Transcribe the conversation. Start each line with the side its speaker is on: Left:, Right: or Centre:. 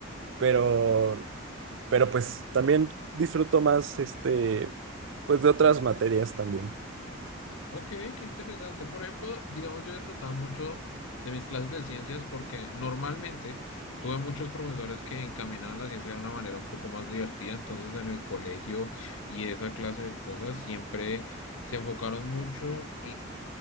Right: pero, pero pues también disfruto más este, pues de otras materias también.
Left: Ok, qué interesante. Por ejemplo, digamos, yo disfrutaba mucho de mis clases de ciencias porque normalmente tuve muchos profesores que encaminaban la ciencia de una manera un poco más divertida. Entonces, en el colegio y esa clase de cosas siempre se enfocaron mucho